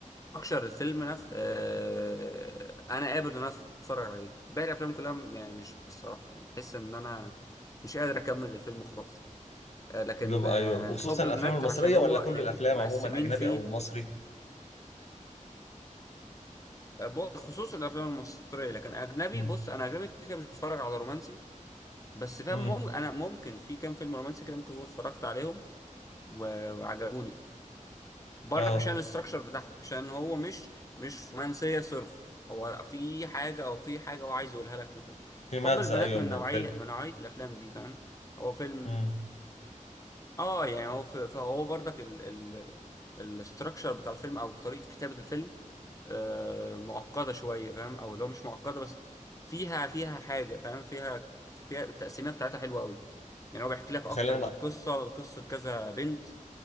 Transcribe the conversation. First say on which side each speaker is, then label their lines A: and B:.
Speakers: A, on the left (about 25°); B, on the left (about 55°).
A: اكشر الفيلم نفسه آه، انا قابل ان انا اتفرج عليه باقي الافلام كلها م- يعني مش الصراحه يعني بحس ان انا مش قادر اكمل الفيلم خالص آه، لكن
B: لب ايوه
A: آه،
B: وخصوصا
A: حب
B: الافلام
A: البنات
B: المصريه
A: عشان هو
B: ولا كل
A: يعني
B: الافلام
A: مقسمين
B: عموما اجنبي
A: فيه
B: او مصري
A: آه، ب- خصوصا الافلام المصريه لكن اجنبي
B: امم
A: بص انا اجنبي كده كده مش بتفرج على رومانسي بس فاهم
B: امم
A: مم... انا ممكن في كام فيلم رومانسي كده ممكن اكون اتفرجت عليهم و- وعجبوني برضك
B: اه
A: عشان الاستراكشر بتاعهم عشان هو مش مش رومانسيه صرف هو في حاجه او في حاجه هو عايز يقولها لك في الفيلم
B: في
A: فحب
B: مغزى
A: البنات
B: ايوه
A: من
B: من
A: نوعيه
B: الفيلم
A: من نوعيه الافلام دي فاهم هو فيلم
B: امم
A: اه يعني هو ف- فهو برضك ال ال الاستراكشر بتاع الفيلم او طريقه كتابه الفيلم آه معقده شويه فاهم او لو مش معقده بس فيها فيها حاجه فاهم فيها فيها التقسيميه بتاعتها حلوه قوي يعني هو بيحكي لك اكتر
B: خلينا
A: من قصه قصه كذا بنت